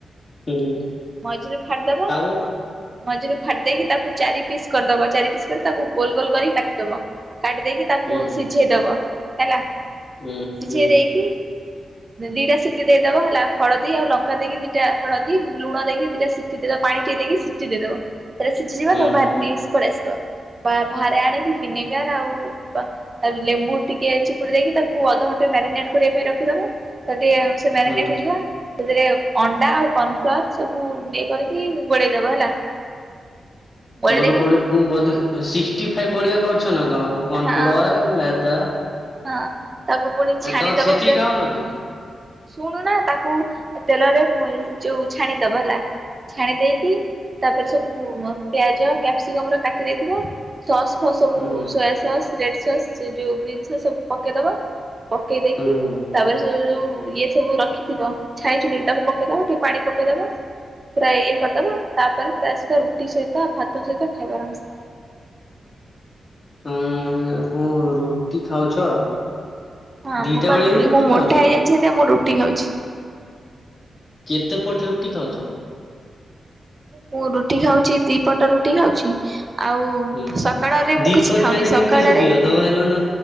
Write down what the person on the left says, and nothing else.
ହୁଁ
ତାପରେ
ହୁଁ
ହୁଁ
ହୁଁ
ହୁଁ
ହୁଁ।
ତମ
ତ ବ ବ ସିକ୍ସଟି ଫାଇଭ ବଆ କରଛ ନା କ କର୍ଣଫ୍ଲୋୱାର
ମେଦା <inaudible>
ଆ ତ ଛେଚିକି
ଖାଉନ କି?
ହୁଁ
ହୁଁ
ହୁଁ ହୁଁ।
ହଁ, ଏଇନା କଣ ରୁଟି ଖାଉଛ?
ଦିଟା
ବେଳେ
ବି
ଖାଉଛ?
କେତେ ପଟ ରୁଟି ଖାଉଛ?
ହୁଁ
ଦି
ପଟ
ଖାଇଲେ
କେମିତି ଶୁଖିବ ତମେ ନହେଲେ